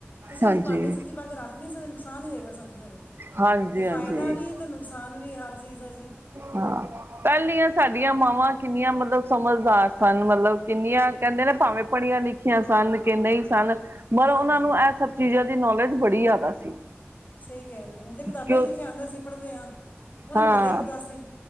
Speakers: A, on the left; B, on the right.
A: ਤੁਸੀਂ
B: ਹਾਂਜੀ
A: ਵਿੱਚਾਂਡੇ ਸਮਝੀ ਪਾ ਕੇ ਰੱਖ ਨਹੀਂੇ ਨੁਕਸਾਨ ਹੀ ਦੇਵੇਗਾ ਸਾਨੂੰ ਫੇਿਰ ਉਹ
B: ਹਾਂਜੀ-ਹਾਂਜੀ।
A: ਜੇ ਫਾਇਦਾ ਵੀ ਹੈ ਤਾਂ ਨੁਕਸਾਨ ਵੀ ਹੈ ਹਰ ਚੀਜ਼ ਦਾ ਜੀ
B: ਹਾਂ। ਪਹਿਲੀਆਂ ਸਾਡੀਆਂ ਮਾਵਾਂ ਕਿੰਨੀਆਂ ਮਤਲਬ ਸਮਝਦਾਰ ਸਨ। ਮਤਲਬ ਕਿੰਨੀਆਂ ਕਹਿੰਦੇ ਨੇ ਭਾਵੇਂ ਪੜ੍ਹੀਆਂ ਲਿਖੀਆਂ ਸਨ। ਕਿ ਨਹੀਂ ਸਨ। ਮਲਬ
A: ਹਾਂਜੀ
B: ਉਹਨਾਂ ਨੂੰ ਇਹ ਸਭ ਚੀਜ਼ਾਂ ਦੀ ਨੌਲੇਜ ਬੜੀ ਜ਼ਿਆਦਾ ਸੀ।
A: ਸਹੀ ਕਹਿ ਰਹੇ ਹੋ ਹੁਣ ਤਾਂ ਕਿਤਾਬਾਂ
B: ਕਿਉਂ
A: ' ਲਿਖਿਆ ਆਉਂਦਾ ਸੀ ਪੜ੍ਹਦੇ ਹਾਂ ਉਹਨਾਂ
B: ਹਾਂ
A: ਨੂੰ ਪਹਿਲਾਂ ਹੀ ਪਤਾ ਸੀ।